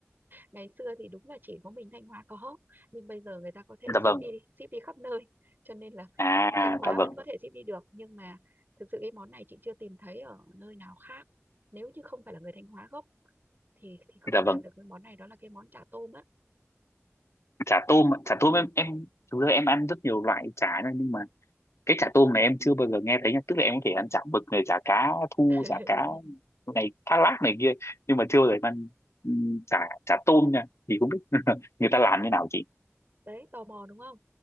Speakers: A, on the right (about 40°); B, on the left (about 65°).
A: ngày xưa thì đúng là chỉ có mình Thanh Hóa có nhưng bây giờ người ta có thể
B: dạ
A: ship
B: vâng
A: đi ship đi khắp nơi cho nên là
B: à
A: Thanh Hóa
B: dạ vâng
A: vẫn có thể ship đi được nhưng mà thực sự cái món này chị chưa tìm thấy ở nơi nào khác nếu như không phải là người Thanh Hóa gốc thì thì không
B: dạ
A: làm
B: vâng
A: được cái món này đó là cái món chả tôm á
B: chả tôm ạ. chả tôm
A: ừ.
B: em em thực ra em ăn rất nhiều loại chả nhá, nhưng mà cái chả tôm này em chưa bao giờ nghe thấy nha tức là em có
A: Ừ.
B: thể ăn chả mực này chả cá thu
A: <laughs>
B: chả cá này thác lác này kia nhưng mà chưa bao giờ em ăn ừm, chả chả tôm nha thì không biết <laughs> người ta làm như nào chị
A: đấy tò mò đúng không